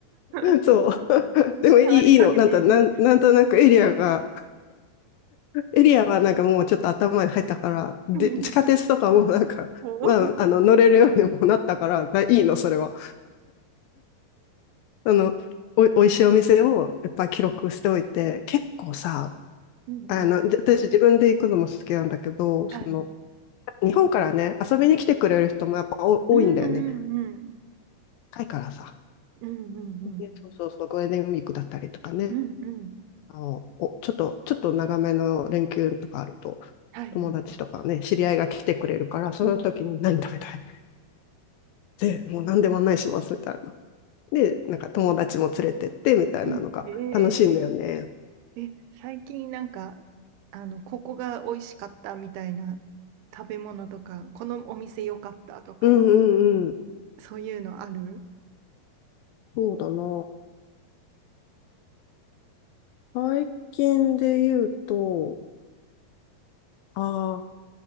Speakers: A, on the right; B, on the left.
A: <laughs>
B: そう。
A: 失われかけている。
B: でもいいいいの。なんとなん、なんとなくエリアが、エリアはなんかもうちょっと頭に入ったから、で地下鉄とかもなんか、
A: <laughs> おはい
B: まあ、あの乗れるようにもなったからだ、いいの、それは。あのお、おいしいお店をいっぱい記録しておいて、結構さ、
A: うんうん
B: あの、私自分で行くのも好きなんだけど、
A: はい。
B: その、日本からね、遊びに来てくれる人もやっぱ多いんだよね。
A: うんうんうん。
B: 高いからさ。
A: うんうんうん。
B: でそうそうそう、ゴールデンウィークだったりとかね、
A: うんうん。
B: あの、お、ちょっと、ちょっと長めの連休とかあると、
A: はいはい。
B: 友達とかね、知り合いが来てくれるから、その時に何食べたい
A: うんうん。
B: <laughs> で、もう何でも案内しますみたいな。で、なんか友達も連れてってみたいなのが楽しいんだよね。
A: うん。うん。えー、え、最近なんか、あの、ここが美味しかったみたいな食べ物とか、このお店良かったとか、
B: うんうんうん。
A: そういうのある
B: そうだな。最近で言うと、ああ、